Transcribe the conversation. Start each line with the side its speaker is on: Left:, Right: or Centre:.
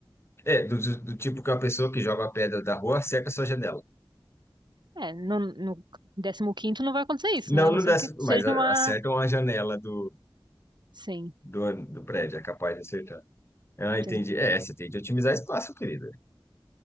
Left: É, do, do- do tipo que uma pessoa que joga a pedra da rua acerta a sua janela.
Right: É, no, no 15º não vai acontecer isso,
Left: Não,
Right: né? A não
Left: não
Right: ser
Left: dá,
Right: que seja
Left: mas a-
Right: uma...
Left: acertam a janela do,
Right: Sim,
Left: do, do prédio, é capaz de acertar. Ah, entendi.
Right: sim,
Left: É, você tem de otimizar espaço, querida.